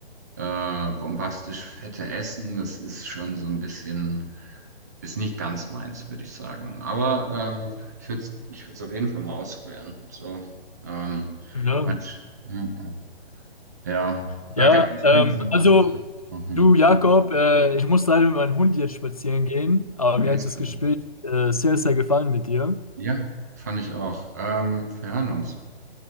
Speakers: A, on the right; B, on the left.
A: äh, bombastisch fette Essen, das ist schon so ein bisschen, ist nicht ganz meins, würde ich sagen. Aber ähm, ich würde es ich würde es auf jeden Fall mal ausprobieren. So, ähm,
B: Ja,
A: manch, ja, ja,
B: ja,
A: da gab ich könnte
B: ähm,
A: noch
B: also,
A: ein bisschen was machen.
B: du Jakob, äh, ich muss leider mit meinem Hund jetzt spazieren gehen, aber mir
A: Ganz
B: hat
A: klar.
B: das Gespräch äh, sehr, sehr gefallen mit dir.
A: Ja, fand ich auch. Ähm, wir hören uns.